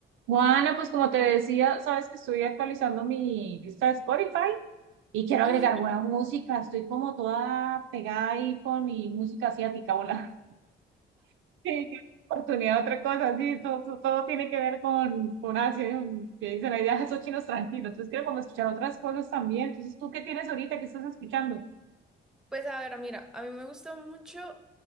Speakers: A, on the right; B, in the centre.
A: Juana, pues como te decía, sabes que estoy actualizando mi lista de Spotify y quiero
B: <laughs>
A: agregar buena música. Estoy como toda pegada ahí con mi música asiática, hola. <laughs> Sí, qué oportunidad de otra cosa, sí, todo, todo, todo tiene que ver con, con Asia, y que dicen ahí, "Ah, esos chinos tranquilos. Entonces quiero como escuchar otras cosas también. Entonces, ¿tú qué tienes ahorita? ¿Qué estás escuchando?
B: Pues a ver, mira, a mí me gusta mucho,